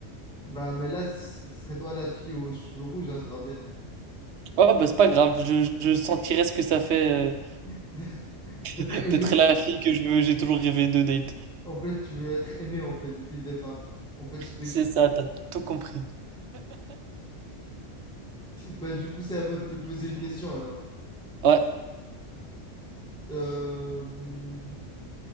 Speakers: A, in the centre; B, on the right.
A: Bah, mais là, ce serait toi la fille aux cheveux rouges, hein, je te rappelle.
B: Oh bah c'est pas grave, je, je sentirais ce que ça fait
A: <laughs> D'être
B: euh, <laughs>
A: aimée.
B: d'être la fille que je veux, j'ai toujours rêvé de date.
A: En fait, tu veux être aimée, en fait, depuis le départ. En fait, tu t'es-
B: C'est ça, t'as tout compris.
A: bah, du coup, c'est à moi de te poser une question, alors.
B: Ouais,
A: Euh,